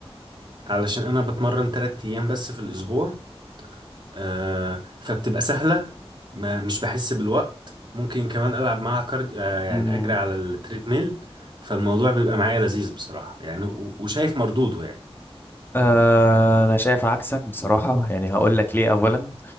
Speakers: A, on the right; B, on the left.
A: علشان انا بتمرن تلات ايام بس في الاسبوع آه، فبتبقى سهله ما مش بحس بالوقت ممكن كمان العب معاها كارد آه، يعني
B: أمم،
A: اجري على التريدميل فالموضوع بيبقى معايا لذيذ بصراحه يعني و- وشايف مردوده يعني
B: أه انا شايف عكسك بصراحة يعني هقول لك ليه اولا